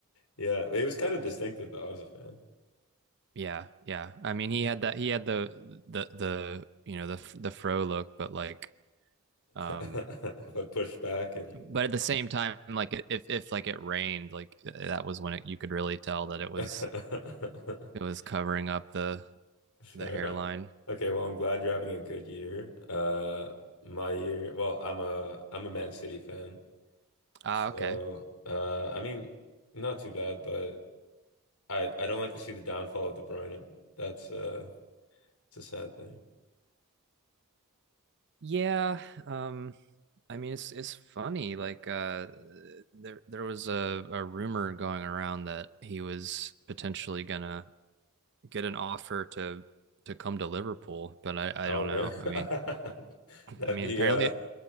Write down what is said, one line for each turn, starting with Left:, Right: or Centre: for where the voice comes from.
Left: Yeah, it was kind of distinctive though. I was a fan,
Right: yeah yeah i mean he had that he had the the the you know the the fro look but like um
Left: <laughs> but pushed back and.
Right: but at the same time like if if like it rained like that was when it, you could really tell that
Left: <laughs>
Right: it was it was covering up the
Left: Fair.
Right: the hairline.
Left: Okay, well, I'm glad you're having a good year. Uh, my year, well, I'm a I'm a Man City fan.
Right: Ah,
Left: So,
Right: okay.
Left: uh, I mean, not too bad, but I I don't like to see the downfall of De Bruyne. That's uh it's a sad thing.
Right: Yeah. Um, I mean it's it's funny. Like uh there there was a, a rumor going around that he was potentially gonna get an offer to to come to Liverpool, but I,
Left: Oh,
Right: I don't
Left: really?
Right: know. I
Left: <laughs>
Right: mean
Left: That'd
Right: I mean
Left: be
Right: apparently
Left: uh
Right: it,